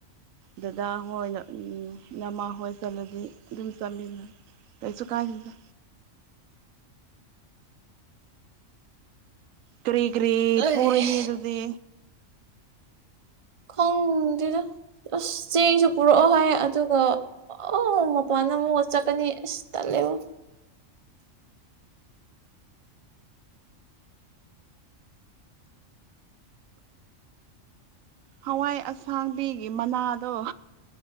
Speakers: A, on the right; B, on the right.
A: ꯗꯗꯥ ꯍꯣꯏ ꯅꯃꯥ ꯍꯣꯏ ꯆꯠꯂꯗꯤ ꯑꯗꯨꯝ ꯆꯥꯃꯤꯟꯅꯩ ꯀꯩꯁꯨ ꯀꯥꯏꯗꯦꯗ ꯀ꯭ꯔꯤ ꯀ꯭ꯔꯤ
B: ꯑꯩ
A: ꯄꯨꯔꯅꯤ ꯑꯗꯨꯗꯤ
B: ꯈꯪꯗꯦꯗ ꯑꯁ ꯆꯦꯡꯁꯨ ꯄꯨꯔꯛꯑꯣ ꯍꯥꯏꯌꯦ ꯑꯗꯨꯒ ꯑꯣ ꯃꯄꯥꯟꯗ ꯑꯃꯨꯛ ꯆꯠꯀꯅꯤ ꯑꯁ ꯇꯜꯂꯦꯕꯣ
A: ꯍꯋꯥꯏ ꯑꯁꯥꯡꯕꯤꯒꯤ ꯃꯅꯥꯗꯣ